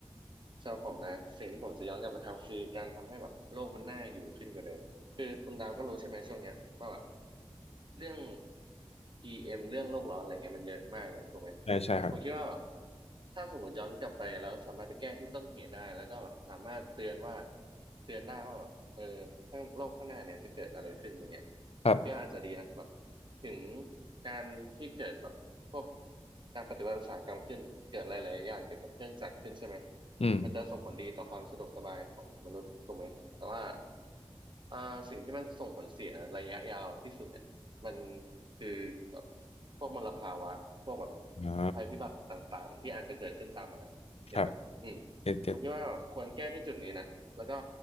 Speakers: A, on the right (about 50°); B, on the left (about 85°).
A: สำหรับผมนะสิ่งที่ผมจะย้อนกลับไปทำคือการทำให้แบบโลกมันน่าอยู่ขึ้นกว่าเดิมคือคุณดาวก็รู้ใช่ไหมช่วงเนี้ยว่าแบบ เรื่อง PM เอ็มเรื่องโลกร้อนอะไรเงี้ยมันเยอะมากเลยถูกไหม
B: ใช่ใช่ครับ
A: ผมคิดว่าแบบถ้าสมมติย้อนกลับไปแล้วสามารถไปแก้ที่ต้นเหตุได้แล้วก็แบบสามารถเตือนว่าเตือนได้ว่าแบบเออข้างโลกข้างหน้าเนี่ยจะเกิดอะไรขึ้นอย่างเงี้ยผมคิดว่าอาจจะดีนะแบบ
B: ครับ
A: ถึงการที่เกิดแบบพวกการปฏิวัติอุตสาหกรรมขึ้นเกิดหลายๆอย่างเกี่ยวกับเครื่องจักรขึ้นใช่ไหม
B: อืม
A: มันจะส่งผลดีต่อความสะดวกสบายของมนุษย์ถูกไหมแต่ว่าอ่าสิ่งที่มันส่งผลเสียระยะยาวที่สุดเนี่ย มันคือแบบพวกมลภาวะพวกแบบ
B: อ๋อ
A: ภัยพิบัติต่างๆที่อาจจะเกิดขึ้นตามมาเห็นไหมอืม
B: ครับเจ็ดเจ็ด
A: ผมคิดว่าแบบควรแก้ที่จุดนี้นะแล้วก็